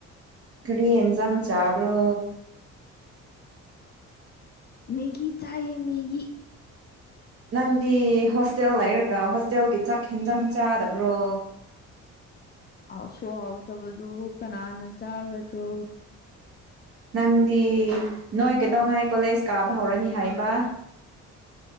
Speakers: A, on the right (about 50°); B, on the left (about 35°).
A: ꯀꯔꯤ ꯍꯦꯟꯖꯥꯡ ꯆꯥꯕ꯭ꯔꯣ꯫
B: ꯃꯦꯒꯤ ꯆꯥꯏꯑꯦ ꯃꯦꯒꯤ꯫
A: ꯅꯪꯗꯤ ꯍꯣꯁꯇꯦꯜ ꯂꯩꯔꯒ ꯍꯣꯁꯇꯦꯜꯒꯤ ꯆꯥꯛ ꯍꯦꯟꯖꯥꯡ ꯆꯥꯗꯕ꯭ꯔꯣ꯫
B: ꯍꯥꯎꯁꯨ ꯍꯥꯎꯇꯕꯗꯨꯕꯨ ꯀꯅꯥꯅ ꯆꯥꯒꯗ꯭ꯔꯣ꯫
A: ꯅꯪꯗꯤ ꯅꯣꯏ ꯀꯩꯗꯧꯉꯥꯏ ꯀꯣꯂꯦꯁ ꯀꯥꯕ ꯍꯧꯔꯅꯤ ꯍꯥꯏꯕ꯫